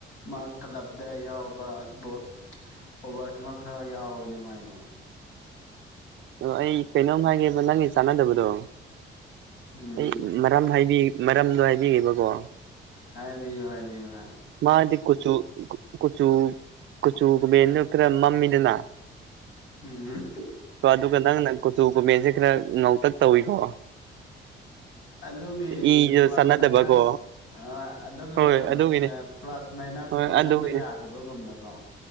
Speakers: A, on the left; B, on the right.
A: ꯃꯥ ꯀ꯭ꯂꯞꯇ ꯌꯥꯎꯕ ꯕꯣꯜ ꯑꯣꯕꯔꯏꯁꯃꯥꯔ ꯈꯔ ꯌꯥꯎꯋꯤꯅꯦ ꯃꯥꯏꯗꯣ꯫
B: ꯑꯣ ꯑꯩ ꯀꯩꯅꯣꯝ ꯍꯥꯏꯒꯦꯕ ꯅꯪꯒꯤ ꯆꯥꯟꯅꯗꯕꯗꯣ꯫
A: ꯎꯝ
B: ꯑꯩ ꯃꯔꯝ ꯍꯥꯏꯕꯤꯒꯦ ꯃꯔꯝꯗꯣ ꯍꯥꯏꯕꯤꯈꯤꯕꯀꯣ꯫
A: ꯍꯥꯏꯕꯤꯌꯨ ꯍꯥꯏꯕꯤꯌꯨ ꯍꯥꯏ꯫
B: ꯃꯥꯗꯤ ꯀꯨꯆꯨ ꯀꯨꯆꯨ꯫ ꯀꯆꯨ ꯀꯨꯃꯦꯟꯗꯣ ꯈꯔ ꯃꯥꯝꯃꯤꯗꯅ
A: ꯎꯝ꯫
B: ꯍꯣ ꯑꯗꯨꯒ ꯅꯪꯅ ꯀꯨꯆꯨ ꯀꯨꯃꯦꯟꯁꯦ ꯈꯔ ꯉꯧꯇꯛ ꯇꯧꯏꯀꯣ꯫
A: ꯑꯗꯨꯒꯤ
B: ꯏꯗꯣ
A: ꯄ꯭ꯂꯁ
B: ꯆꯥꯟꯅꯗꯕꯀꯣ
A: ꯃꯥꯏꯅꯁ ꯑꯗꯨꯒꯤ
B: ꯍꯣꯏ
A: ꯑꯣꯏꯔꯝꯕꯁꯨ
B: ꯑꯗꯨꯒꯤꯅꯤ
A: ꯌꯥꯏ꯫ ꯄ꯭ꯂꯁ ꯃꯥꯏꯅꯁ
B: ꯍꯣꯏ
A: ꯄꯨꯟꯁꯤꯟꯕ
B: ꯑꯗꯨꯒꯤꯅꯤ
A: ꯌꯥꯗꯕꯒꯨꯝꯅꯀꯣ꯫